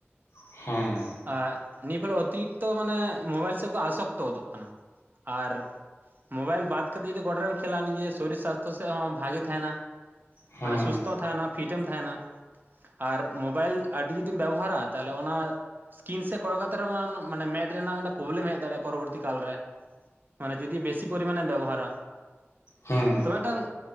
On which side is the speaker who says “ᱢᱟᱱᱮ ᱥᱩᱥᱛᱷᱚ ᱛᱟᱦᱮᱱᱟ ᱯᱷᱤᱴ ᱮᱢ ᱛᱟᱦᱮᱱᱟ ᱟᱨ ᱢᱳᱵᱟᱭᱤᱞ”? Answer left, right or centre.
Right